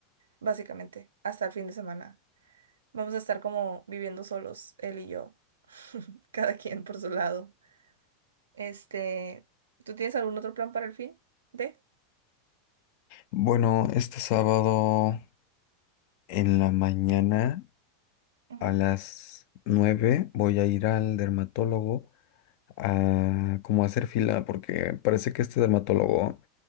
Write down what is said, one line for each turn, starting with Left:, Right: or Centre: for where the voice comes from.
Right: básicamente, hasta el fin de semana. Vamos a estar como viviendo solos, él y yo, <laughs> cada quien por su lado. Este, ¿tú tienes algún otro plan para el fin de?
Left: Bueno, este sábado en la mañana
Right: Ujú.
Left: a las 9 voy a ir al dermatólogo a como a hacer fila porque parece que este dermatólogo